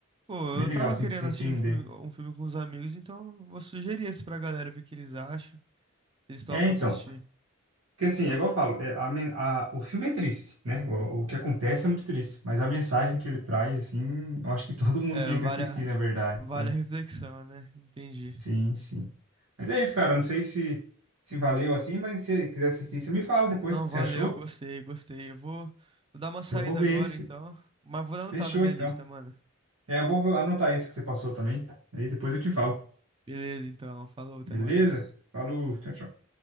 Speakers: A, on the right (about 25°); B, on the right (about 80°).
A: Pô,
B: bem
A: eu
B: legal,
A: tava
B: assim,
A: querendo
B: pra você entender.
A: assistir filme- um filme com os amigos, então eu vou sugerir esse pra galera ver o que eles acham, se eles topam
B: É, então,
A: assistir.
B: porque assim, é igual eu falo, é, a, men- a, o filme é triste, né? O, o que acontece é muito triste, mas a mensagem que ele traz, assim, eu acho que <laughs> todo mundo
A: É,
B: tinha
A: vale
B: que assistir,
A: a,
B: na verdade,
A: vale
B: sabe?
A: a reflexão, né? Entendi.
B: Sim, sim. Mas é isso, cara. Não sei se, se valeu assim, mas se você quiser assistir, você me fala depois
A: Não,
B: o que
A: valeu,
B: você achou.
A: gostei, gostei. Eu vou, vou dar uma saída
B: Eu vou ver
A: agora,
B: esse.
A: então. Mas vou anotar
B: Fechou,
A: na minha
B: então.
A: lista, mano.
B: É, eu vou anotar esse que você passou também. Aí depois eu te falo.
A: Beleza, então. Falou, até
B: Beleza?
A: mais.
B: Falou, tchau, tchau.